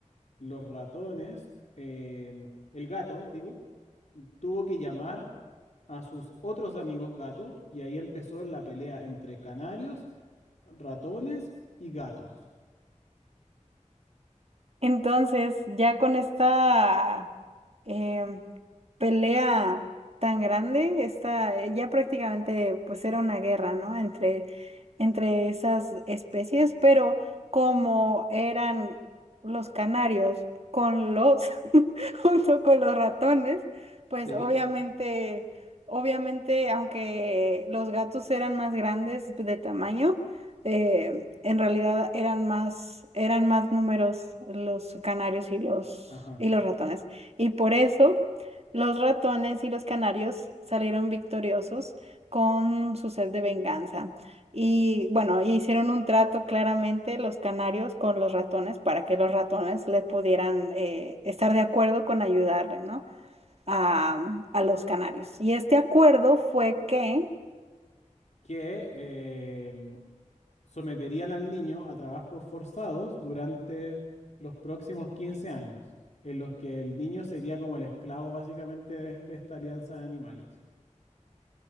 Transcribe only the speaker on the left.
los ratones, em, el gato, digo, tuvo que llamar a sus otros amigos gatos y ahí empezó la pelea entre canarios, ratones y gatos.
¿Sí?
Ajá.
Que em, someterían al niño a trabajos forzados durante los próximos 15 años, en los que el niño sería como el esclavo básicamente de, de esta alianza de animales.